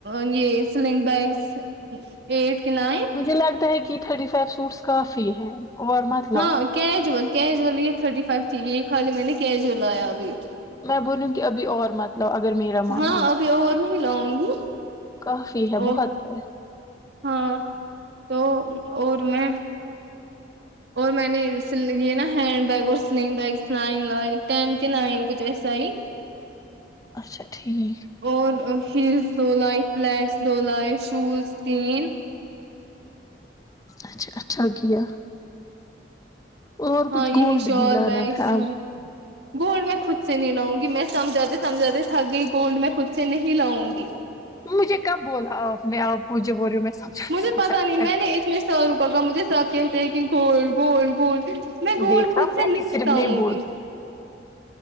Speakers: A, on the right; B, on the left.
A: م یہ سلنگ بیگس ایٹ کہ نائن
B: مجھے لگتا ہے کہ تھرٹی فائیو سوٹس کافی ہے اور مت
A: ہاں
B: لاؤ
A: کیجول کیجل یہ تھرٹی فائیو ت یہ خالی میں نے کیجل لیا ابھی
B: میں بولوں کے ابھی اور مطلب اگر میرا مانو
A: ہاں
B: ہوگی
A: ابھی نہیں لاؤںگی
B: کافی ہے
A: ا
B: بہت ہے
A: ہاں تو اور میں اور میں نے یہ نا ہینڈ بیگ اور سلنگ بیگس نائن لائے ٹین کے نائن کچھ ایسا ہی
B: اچھا ٹھیک
A: اور ہیلس دو لائے فیلٹس دو لائے شوز تین
B: اچھا اچھا کیا اور
A: ہاں
B: کچھ
A: یہی
B: گولڈ
A: شال
B: بھی لانا
A: بیگ
B: تھا
A: سوٹ
B: آپ
A: گولڈ میں خود سے نہیں لاؤںگی میں سمجھاتے سمجھاتے تھک گئی گولڈ میں خود سے نہیں لاؤںگی
B: مجھے کب بولا آپ نے آپ مجھے بول رہی ہوں میں سمجھا نہیں
A: مجھے
B: سمجھا
A: پتا نہیں میں نے اتنے سللوں کا گم مجھے سب کہتے ہیں کہ گولڈ گولڈ گولڈ میں گولڈ
B: دیکھا
A: خود سے
B: میں
A: نہیں
B: ہی صرف
A: لاؤںگی
B: بولتی